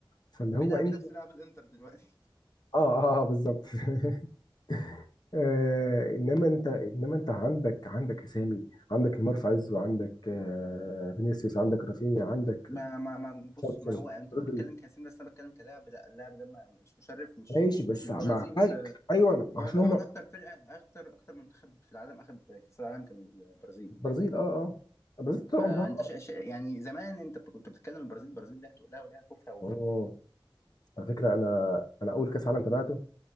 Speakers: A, on the left; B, on the left.
A: فاللي
B: بيلعب
A: هو انت
B: نفس لعب الانتر دلوقتي
A: اه اه آه، بالظبط <laughs> آه انما انت انما انت عندك عندك اسامي عندك نيمار في عزه عندك آه فينيسيوس عندك رافينيا عندك
B: ما ما ما بص
A: تشاومسون
B: ما هو انت
A: رودري
B: بتتكلم كاسم بس انا بتكلم كلاعب لا اللاعب ده ما- مش مشرف مش
A: ماشي
B: مش
A: بس
B: مش البرازيل
A: معاك
B: في
A: ايوه عشان
B: هو تقريبا
A: هم
B: اكتر فرقه اكتر اكتر منتخب في العالم اخذ كاس العالم كان البرازيل
A: البرازيل اه اه البرازيل طول
B: فانت
A: عمرها
B: شا شا يعني زمان انت بت- كنت بتتكلم البرازيل البرازيل ليها تقلها وليها خوفها و...
A: اه على فكره انا انا اول كاس عالم تابعته